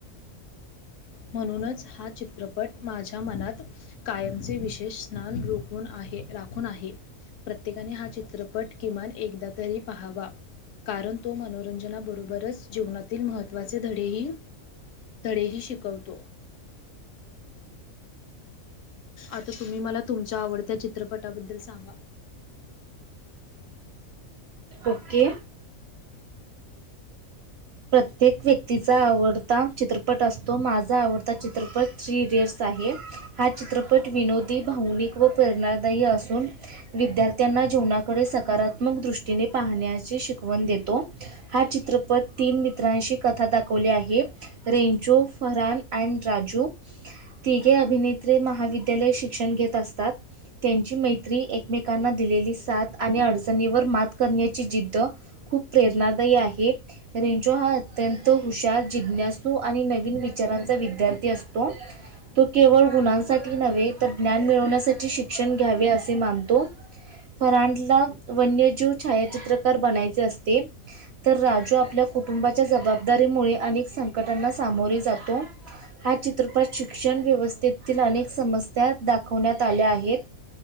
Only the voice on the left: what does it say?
म्हणूनच हा चित्रपट माझ्या मनात कायमचे विशेष स्नान रोखून आहे राखून आहे प्रत्येकाने हा चित्रपट किमान एकदा तरी पाहावा कारण तो म्हन मनोरंजना बरोबरच जीवनातील महत्त्वाचे धडेही धडेही शिकवतो. आता तुम्ही मला तुमच्या आवडत्या चित्रपटाबद्दल सांगा